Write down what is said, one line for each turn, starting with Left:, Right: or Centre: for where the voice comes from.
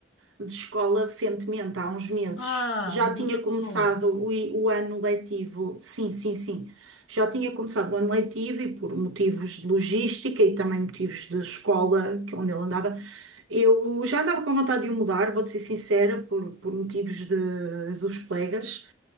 Right: de escola recentemente, há uns meses.
Left: Ah,
Right: Já
Left: mudou
Right: tinha
Left: de escola.
Right: começado o, i- o ano letivo, sim, sim, sim. Já tinha começado o ano letivo e por motivos de logística e também motivos de escola, que é onde ele andava, eu já andava com vontade de o mudar, vou-te ser sincera, por, por motivos de- dos colegas